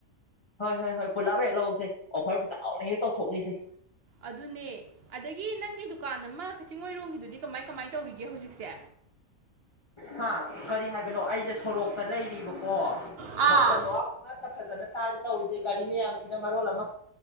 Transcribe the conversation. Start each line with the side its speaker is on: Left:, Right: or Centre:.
Left: ꯍꯣꯏ ꯍꯣꯏ ꯍꯣꯏ ꯄꯨꯂꯥꯕ ꯍꯦꯛ ꯂꯎꯁꯦ ꯑꯣꯐꯔ ꯆꯥꯎꯅ ꯍꯦꯛ ꯇꯧꯊꯣꯛꯅꯤꯁꯦ
Right: ꯑꯗꯨꯅꯦ ꯑꯗꯒꯤ ꯅꯪꯒꯤ ꯗꯨꯀꯥꯟ ꯑꯃ ꯆꯤꯡꯃꯩꯔꯣꯡꯒꯤꯗꯨꯗꯤ ꯀꯃꯥꯏ ꯀꯃꯥꯏ ꯇꯧꯔꯤꯒꯦ ꯍꯧꯖꯤꯛꯁꯦ
Left: ꯍꯥ ꯀꯔꯤ ꯍꯥꯏꯕꯅꯣ ꯑꯩꯁꯦ ꯁꯣꯔꯣꯛꯇ ꯂꯩꯔꯤꯕꯀꯣ
Right: ꯑꯥ
Left: ꯃꯈꯣꯟ ꯃꯥꯋꯥꯒ ꯑꯃꯠꯇ ꯐꯖꯅ ꯇꯥꯗꯦ ꯇꯧꯔꯤꯁꯦ ꯒꯥꯔꯤ ꯃꯌꯥꯝꯁꯤꯅ ꯃꯔꯣꯜ ꯑꯃ